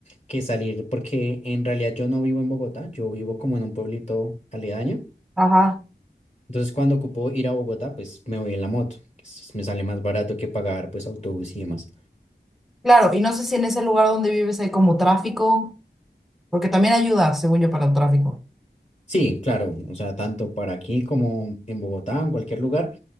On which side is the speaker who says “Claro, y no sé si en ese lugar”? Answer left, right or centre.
Centre